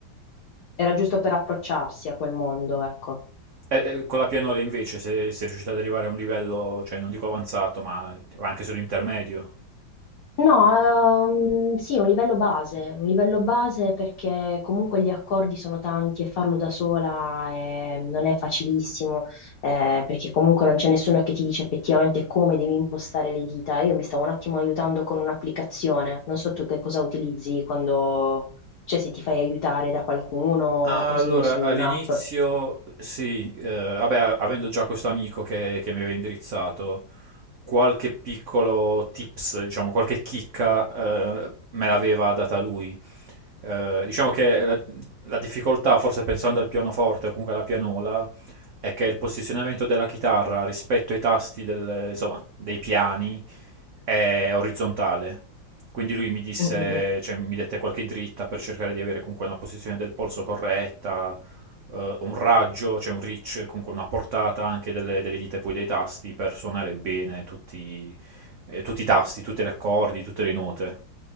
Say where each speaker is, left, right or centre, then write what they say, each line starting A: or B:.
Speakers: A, on the left (about 60°); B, on the right (about 75°).
A: Era giusto per approcciarsi a quel mondo, ecco.
B: Eh, eh, con la pianola invece, se sei riuscita ad arrivare a un livello, cioè non dico avanzato, ma anche solo intermedio,
A: No, ehm, sì, un livello base, un livello base perché comunque gli accordi sono tanti e farlo da sola eh, non è facilissimo, eh, perché comunque non c'è nessuno che ti dice effettivamente come devi impostare le dita. Io mi stavo un attimo aiutando con un'applicazione, non so tu che cosa utilizzi quando, cioè se ti fai aiutare da qualcuno
B: Allora,
A: o se usi un'app.
B: all'inizio sì, eh, vabbè, a- avendo già questo amico che, che mi aveva indirizzato, qualche piccolo tips, diciamo, qualche chicca, eh, me l'aveva data lui. Eh, diciamo che la, la difficoltà, forse pensando al pianoforte o comunque alla pianola, è che il posizionamento della chitarra rispetto ai tasti del- insomma, dei piani è orizzontale. Quindi lui mi disse,
A: Mm, mm, mm.
B: cioè, mi dette qualche dritta per cercare di avere comunque una posizione del polso corretta, eh, un raggio, cioè un reach, comunque una portata anche delle, delle dita e poi dei tasti per suonare bene tutti, eh, tutti i tasti, tutti gli accordi, tutte le note.